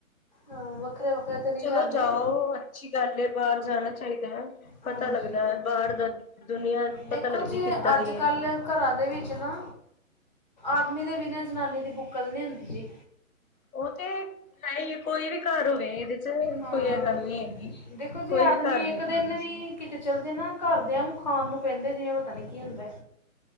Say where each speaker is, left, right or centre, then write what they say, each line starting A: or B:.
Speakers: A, on the left; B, on the left.
A: ਆ ਵੱ ਵੱਖਰੇ-ਵੱਖਰੇ ਤੇ ਨਹੀਂ
B: ਚਲੋ,
A: ਜਾਂਦੇ
B: ਜਾਓ। ਅੱਛੀ ਗੱਲ ਏ, ਬਾਹਰ ਜਾਣਾ ਚਾਹੀਦਾ ਐ। ਪਤਾ
A: ਹਾਂਜੀ
B: ਲੱਗਦਾ ਐ, ਬਾਹਰ ਦਾ। ਦੁਨੀਆਂ
A: ਦੇਖੋ
B: ਪਤਾ ਲੱਗਦੀ
A: ਜੀ
B: ਕਿੱਦਾਂ
A: ਅੱਜ
B: ਦੀ
A: ਕੱਲ
B: ਐ।
A: ਘਰਾਂ ਦੇ ਵਿੱਚ ਨਾ, ਆਦਮੀ ਦੇ ਬਿਨਾਂ ਜ਼ਨਾਨੀ ਦੀ ਬੁੱਕਤ ਨੀ ਹੁੰਦੀ ਜੇ।
B: ਉਹ ਤੇ ਹੈ ਈ ਐ। ਕੋਈ ਵੀ ਘਰ ਹੋਵੇ ਇਹਦੇ ਤੇ ਹੁਣ
A: ਹਾਂ
B: ਕੋਈ ਇਹ ਗੱਲ ਨੀ ਹੈਗੀ।
A: ਦੇਖੋ ਜੀ
B: ਕੋਈ
A: ਆਦਮੀ
B: ਵੀ ਘਰ
A: ਇੱਕ
B: ਦੇਖਲੋ
A: ਦਿਨ
B: ਤੁਸੀਂ।
A: ਵੀ ਕਿਤੇ ਚੱਲਜੇ ਨਾ ਘਰਦੇ ਐਂਊ ਖਾਣ ਨੂੰ ਪੈਂਦੇ, ਜਿਵੇਂ ਪਤਾ ਨੀ ਕੀ ਹੁੰਦਾ।